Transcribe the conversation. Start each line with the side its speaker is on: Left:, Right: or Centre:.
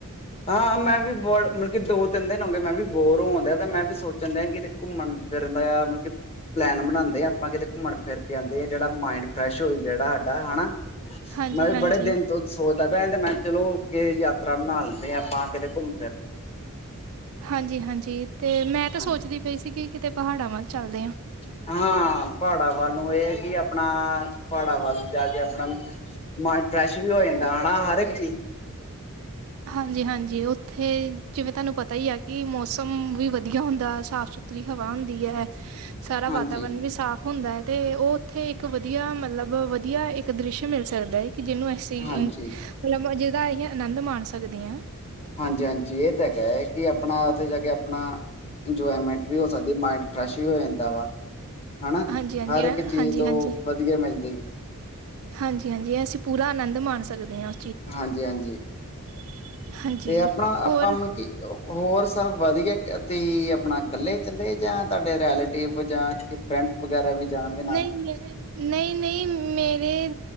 Left: ਹਾਂ ਮੈਂ ਵੀ <inaudible> ਦੋ ਤਿੰਨ ਦਿਨ ਹੋ ਗਏ ਮੈਂ ਵੀ ਬੋਰ ਹੋਨ ਦੇਆ, ਤੇ ਮੈਂ ਵੀ ਸੋਚਨ ਦੇਆ ਕਿਤੇ ਘੁੰਮਣ ਫਿਰਨ ਦਾ ਆ ਯਾਰ ਮਲਬ ਕੀ ਪਲੈਨ ਬਣਾਦੇ ਆਪਾਂ ਕਿਤੇ ਕੁੰਮਨ ਫਿਰ ਕੇ ਆਂਦੇ, ਜੇੜਾ ਮਾੰਈਡਂ ਫਰੈਸ਼ ਹੋਏ ਜੇੜਾ ਸਾਡਾ ਹਨਾ।
Right: ਹਾਂਜੀ
Left: ਮੈਂ
Right: ਹਾਂਜੀ
Left: ਵੀ ਬੜੇ ਦੇਨ ਤੋਂ ਸੋਚਦਾ ਪੈ ਤੇ ਮੈਂ ਚਲੋ ਕੇ ਯਾਤਰਾ ਬਣਾ ਲੈ ਤੇ ਆਪਾਂ ਕਿਤੇ ਕੁੰਮ
Right: ਹਾਂਜੀ, ਹਾਂਜੀ ਤੇ ਮੈਂ ਤਾ
Left: ਹਾਂ,
Right: ਸੋਚਦੀ ਪਈ ਸੀਗੀ ਕਿਤੇ ਪਹਾੜਾਂ ਵਾਲ ਚਾਲਦੇ ਆ।
Left: <unintelligible> ਹਾਂ ਪਾੜਾ ਵਾਲ ਨੂੰ ਏ ਕਿ ਆਪਣਾ ਪਾੜਾ ਵਾਲ ਜਾ ਕੇ ਆਪਣਾ ਮਾਇੰਡ ਫਰੈਸ਼ ਵੀ ਹੋ ਜਾਂਦਾ ਹਣਾ ਹਰ ਏਕ ਚੀਜ਼
Right: ਹਾਂਜੀ, ਹਾਂਜੀ ਓਥੇ ਜਿਵੇਂ ਤਾਨੂੰ ਪਤਾ ਈ ਆ ਕਿ ਮੌਸਮ ਵੀ ਵਦੀਆ ਹੁੰਦਾ ਸਾਫ਼ ਸੁ ਸੁਤਰੀ ਹਵਾ ਹੁੰਦੀ ਐ, ਸਾਰਾ
Left: ਹਾਂਜੀ,
Right: ਵਾਤਾਵਰਨ ਵੀ ਸਾਫ਼ ਹੁੰਦਾ ਏ ਤੇ ਓ ਉੱਥੇ ਇੱਕ ਵਦੀਆ ਮਲਬ ਵਧੀਆ ਇੱਕ ਦ੍ਰਿਸ਼ਯ ਮਿਲ ਸਕਦਾ ਏ। ਕਿ ਜਿਨੂੰ ਅਸੀਂ
Left: ਹਾਂਜੀ,
Right: ਮਲਬ ਜਿਹਦਾ ਅਈ ਅਨੰਦ ਮਾਨ ਸਕਦੇ ਆਂ।
Left: ਹਾਂਜੀ, ਹਾਂਜੀ ਏ ਤਾ ਹੈਗਾ ਕੀ ਆਪਣਾ ਓਥੇ ਜਾ ਕੇ ਆਪਣਾ, ਇੰਜੋਏਮੈਂਟ ਵੀ ਹੋ ਸਕਦੀ ਮਾਇੰਡ ਫਰੈਸ਼ ਵੀ ਹੋ ਜਾਂ <inaudible> ਵਾ ਹਨਾ,
Right: ਹਾਂਜੀ, ਹਾਂਜੀ,
Left: ਹਰ
Right: ਹਾਂ,
Left: ਏਕ ਚੀਜ਼
Right: ਹਾਂਜੀ,
Left: ਤੋ
Right: ਹਾਂਜੀ।
Left: ਵਦੀਆ ਮਿਲਦੀ
Right: ਹਾਂਜੀ, ਹਾਂਜੀ ਅਸੀ ਪੂਰਾ ਆਨੰਦ ਮਾਨ ਸਕਦੇ ਆਂ
Left: ਹਾਂਜੀ, ਹਾਂਜੀ।
Right: <unintelligible>
Left: ਤੇ ਆਪਨਾ ਆਪਾਂ
Right: ਹੋਰ
Left: ਮਲ ਕੀ ਹੋਰ ਸਾਭ ਵਦੀਆ ਕ ਤੀ ਅਪਨਾ ਕੱਲੇ ਚੱਲੇ ਜਾਂ ਤਾਡੇ ਰੈਲੇਟਿਵ ਜਾਂ ਕੀ ਫ੍ਰਂ ਵਗੈਰਾ ਵੀ ਜਾਣਗੇ ਨਾਲ
Right: ਨਈ ਮੇਰੇ ਨਈ, ਨਈ ਮੇਰੇ